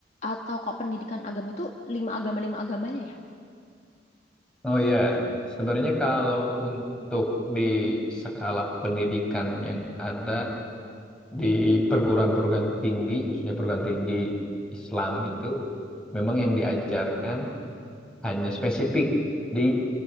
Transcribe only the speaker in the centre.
Oh ya, sebenarnya kalau untuk di skala pendidikan yang ada di perguruan-perguruan tinggi, khususnya perguruan tinggi Islam itu, memang yang diajarkan hanya spesifik di